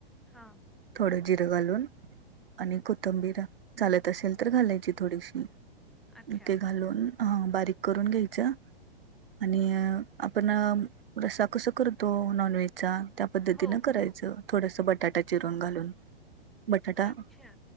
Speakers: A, in the centre; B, on the right.
A: हां.
B: थोडं जिरं घालून आणि कोथिंबीर चालत असेल तर घालायची थोडीशी,
A: अच्छा
B: ते घालून हां बारीक करून घ्यायचं आणि आपण रस्सा कसा करतो, नॉन व्हेजचा त्या पद्धतीनं
A: हो
B: करायचं,
A: हो
B: थोडसं बटाटा चिरून घालून. बटाटा
A: अच्छा